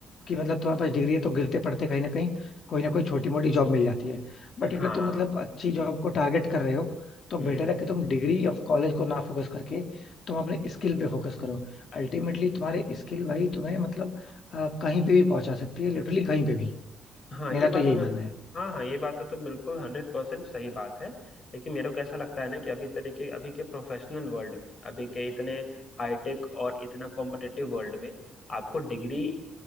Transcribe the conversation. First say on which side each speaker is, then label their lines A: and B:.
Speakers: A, on the left (about 60°); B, on the left (about 40°).
A: कि मतलब तुम्हारे पास डिग्री है तो गिरते पड़ते कहीं ना कहीं कोई ना कोई छोटी मोटी जॉब मिल जाती है बट अगर
B: हाँ
A: तुम मतलब अच्छी जॉब को टारगेट कर रहे हो तो
B: हम्म
A: बेटर है कि तुम डिग्री ऑफ कॉलेज को ना फोकस करके तुम अपने स्किल पे फोकस करो अल्टीमेटली तुम्हारे स्किल भाई तुम्हें मतलब अ, कहीं पे भी पहुंचा सकती है लिटरली कहीं पे भी
B: हाँ
A: मेरा
B: ये बात
A: तो यही
B: हमें
A: मानना है
B: हाँ हाँ ये बात तो तुम बिल्कुल हंड्रेड परसेंट सही बात है लेकिन मेरे को ऐसा लगता है ना कि अभी तरीके अभी के प्रोफेशनल वर्ल्ड में अभी के इतने हाईटेक और इतना कॉम्पिटिटिव वर्ल्ड में आपको डिग्री